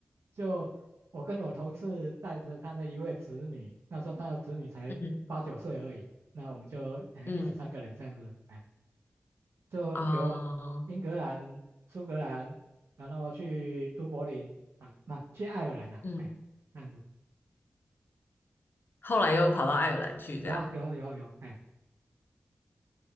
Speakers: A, on the right (about 75°); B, on the left (about 50°).
A: 就我跟我同事带着他的一位子女，那时候他的子女才八九岁而已，
B: 嗯
A: 那我们就哎一起三个人这样子，
B: 嗯
A: 哎，就由
B: 啊、
A: 英格兰、苏格兰，然后去都柏林啊，那、去爱尔兰啊，
B: 嗯，
A: 哎，这样子
B: 后来又跑到爱尔兰去这样。
A: 有啊有有有，哎，